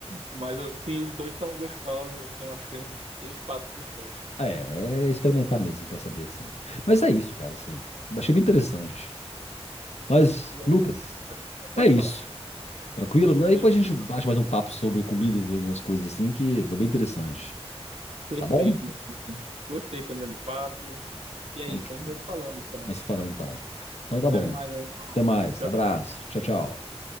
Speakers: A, on the right; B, on the left.
A: Mas assim, os dois são gostosos, assim, eu acho que tem espaço para os dois.
B: É, é experimentar mesmo pra saber assim. Mas é isso, cara, assim. Achei bem interessante. Mas,
A: E aí,
B: Lucas,
A: pode, pode
B: é isso.
A: falar.
B: Tranquilo? Aí
A: Beleza.
B: depois a gente bate mais um papo sobre comidas, algumas coisas assim, que foi bem interessante.
A: Perfeito,
B: Tá bom?
A: meu amigo. Gostei também do papo. E é
B: Ok.
A: isso, a gente vai se falando então.
B: Vai se falando então. Então tá
A: Até
B: bom.
A: mais, meu irmão.
B: Até mais.
A: Tchau,
B: Abraço.
A: tchau. Falou.
B: Tchau, tchau.